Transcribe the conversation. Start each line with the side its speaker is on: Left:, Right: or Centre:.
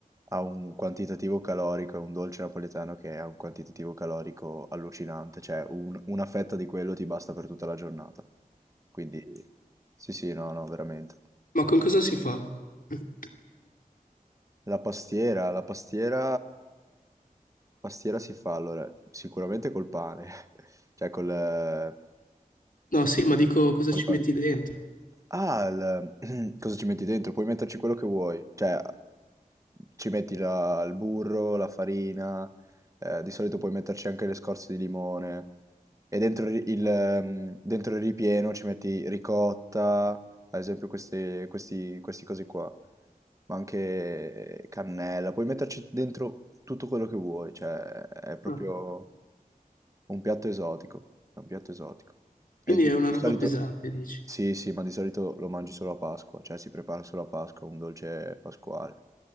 Right: ha un quantitativo calorico, è un dolce napoletano che ha un quantitativo calorico allucinante, cioè un- una fetta di quello ti basta per tutta la giornata. Quindi sì, sì, no, no, veramente.
Left: Ma con cosa si fa? <clears throat>
Right: La pastiera, la pastiera, pastiera si fa allora sicuramente col pane, <laughs> cioè col, eh,
Left: No, sì, ma dico cosa
Right: col
Left: ci
Right: pan-
Left: metti dentro?
Right: Ah, il- <clears throat> cosa ci metti dentro? Puoi metterci quello che vuoi, cioè ci metti la- il burro, la farina, eh, di solito puoi metterci anche le scorze di limone e dentro il, il, ehm, dentro il ripieno ci metti ricotta, ad esempio queste, questi, questi cosi qua, ma anche cannella, puoi metterci dentro tutto quello che vuoi, cioè è proprio
Left: No.
Right: un piatto esotico, è un piatto esotico. E
Left: Quindi
Right: di,
Left: è una
Right: di
Left: roba
Right: solito
Left: pesante, dici?
Right: sì, sì, ma di solito lo mangi solo a Pasqua, cioè si prepara solo a Pasqua, un dolce pasquale.